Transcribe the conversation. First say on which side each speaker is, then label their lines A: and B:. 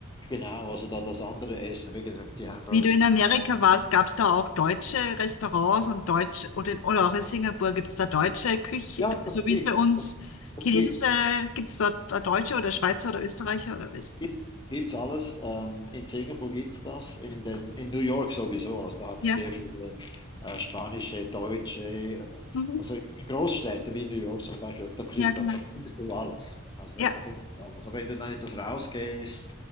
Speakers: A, on the left; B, on the left.
A: genau, also da, das andere Essen, wie gesagt, die Hamburgers.
B: Wie du in
A: und
B: Amerika
A: so
B: warst, gab es da auch deutsche Restaurants und deutsche, oder, in, oder auch in Singapur gibt es da deutsche Küche,
A: Ja, das
B: so wie
A: gibt
B: es bei uns
A: das, das
B: chinesische,
A: gibt
B: gibt es dort da deutsche oder Schweizer oder Österreicher oder was?
A: Gibt gibt's alles. Ähm, in Singapur gibt's das, in, den, in New York sowieso. Also da hat
B: Ja,
A: es sehr viele äh, spanische, deutsche, äh,
B: mhm.
A: also in Großstädten wie New York zum Beispiel, da, krieg,
B: Ja, genau.
A: da, da findest du alles. Also
B: Ja.
A: da, da findest du alles. Aber wenn du dann etwas rausgehst,